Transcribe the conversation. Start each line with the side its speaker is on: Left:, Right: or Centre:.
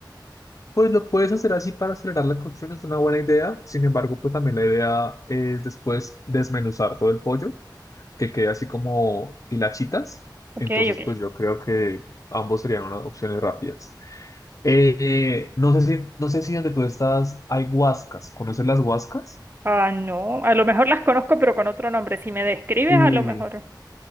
Left: Pues lo puedes hacer así para acelerar la cocción, es una buena idea. Sin embargo, pues también la idea es después desmenuzar todo el pollo, que quede así como hilachitas.
Right: Ok,
Left: Entonces,
Right: ok.
Left: pues yo creo que ambos serían unas opciones rápidas. Eh, no sé si, no sé si donde tú estás hay guascas ¿Conoces las guascas
Right: Ah, no, a lo mejor las conozco, pero con otro nombre. Si me describes,
Left: Sí.
Right: a lo mejor